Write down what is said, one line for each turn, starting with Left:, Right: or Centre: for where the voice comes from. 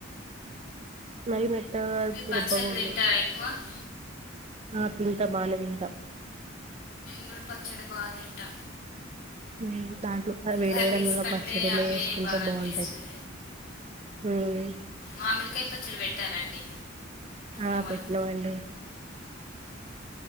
Right: మరి మెత్తగా
Left: మీరు పచ్చళ్ళు
Right: రుబ్బ గూడుదు
Left: తింటారా ఎక్కువ నేను
Right: అ తింటా బానే తిన్ ట
Left: కూడా పచ్చడి బాగా తింటా
Right: హ్మ్ దాంట్లో వేడి
Left: కర్రీస్
Right: వేడి అన్నంలో
Left: కంటే
Right: పచ్చడీ
Left: అవే
Right: నెయ్యి ఏసుకుంటే
Left: బాగా
Right: బావుంటయి.
Left: అనిపిస్తది
Right: హ్మ్
Left: మామిడికాయ పచ్చడి పెట్టారండి
Right: అ
Left: అమ్మ వాళ్ళు
Right: పెట్టినమండి